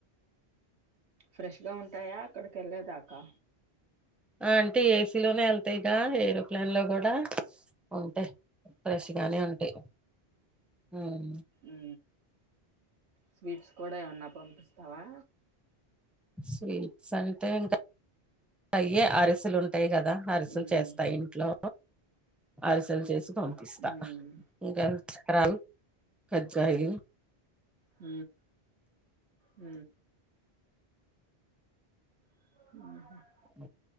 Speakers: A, on the right; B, in the centre.
A: ఫ్రెష్గా ఉంటాయా అక్కడికి వెళ్ళేదాకా
B: అంటే ఏసీలోనే వెళ్తాయిగా ఏరోప్లేన్ లో కూడా ఉంటాయి ఫ్రెష్గనే ఉంటాయి హ్మ్
A: అ స్వీట్స్ కూడా ఏమన్నా పంపిస్తావా
B: స్వీట్స్ అంటే ఇంకా అయే అరిసలు ఉంట టాయి కదా అరిసలు
A: ఉమ్
B: చేస్తా ఇంట్లో అరిసలు చే పంపిస్తా
A: ఉమ్
B: ఇకా రన్ కజయి
A: హ హ ఆ
B: అ